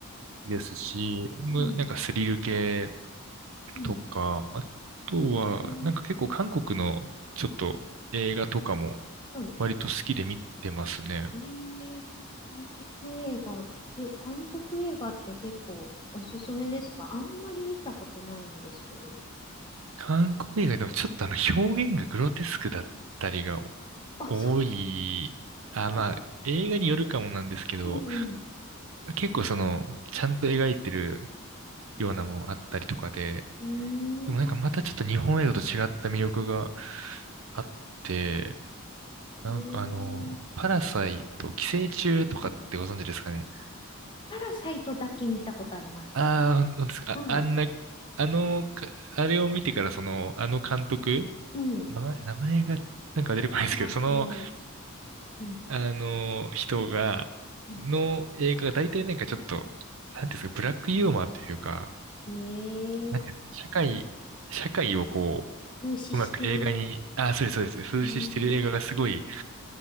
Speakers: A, on the right (about 65°); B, on the left (about 20°).
A: きですし、むなんかスリル系
B: ー、うん、うん、
A: とか、あとはなんか結構韓国のちょっと映画とかも
B: うん、うん
A: 割と好きで見てますね。
B: えー、韓国映画、え、韓国映画って結構おすすめですかあんまり見たことないんですけど。
A: 韓国映画でもちょっとあの表現がグロテスクだったりが
B: あ、
A: 多い、
B: そうなんだ。
A: あ、まあ、
B: え
A: 映画によるかもなんですけど、
B: うん。
A: 結構その、ちゃんと描いてるようなものあったりとかで、
B: うーん。
A: でもなんかまたちょっと日本映画と違った魅力があって、なんかあの、
B: えー、
A: パラサイト、寄生虫とかってご存知ですかね。
B: あー、あパラサイトだけ見たことあります。
A: ああ、本当ですか。
B: はい。
A: あ、あんな、あの、かあれを見てからその、あの監督、
B: うん。な
A: 名前、名前がなんか出てこないですけど、
B: んだっけ。
A: その、
B: うん。
A: あの、人が、
B: うん
A: の映画が大体なんかちょっと、なんていうんですか、ブラックユーモアというか、
B: えー、
A: なんていうんですか、社会、社会をこ
B: 風刺してる。
A: う、うまく映画に、あ、そうです、そうです、風刺してる映画がすごい、
B: うーん。